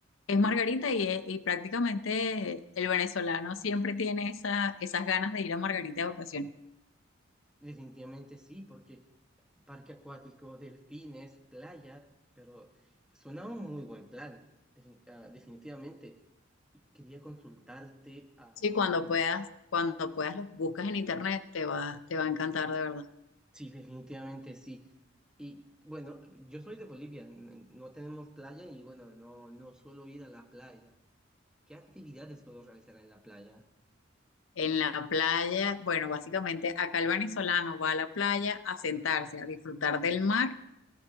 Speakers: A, on the left; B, in the centre.
A: es Margarita y, e- y prácticamente el venezolano siempre tiene esa, esas ganas de ir a Margarita de vacaciones.
B: Definitivamente sí, porque parque acuático, delfines, playa, pero suena un muy buen plan, defin- ah, definitivamente. Y quería consultarte, am,
A: Sí, cuando puedas, cuando puedas lo buscas en internet, te va, te va a encantar de verdad.
B: sí, definitivamente sí. Y bueno, yo soy de Bolivia, n- no tenemos playa y bueno, no, no suelo ir a la playa. ¿Qué actividades puedo realizar en la playa?
A: En la playa, bueno, básicamente acá el venezolano va a la playa a sentarse, a disfrutar del mar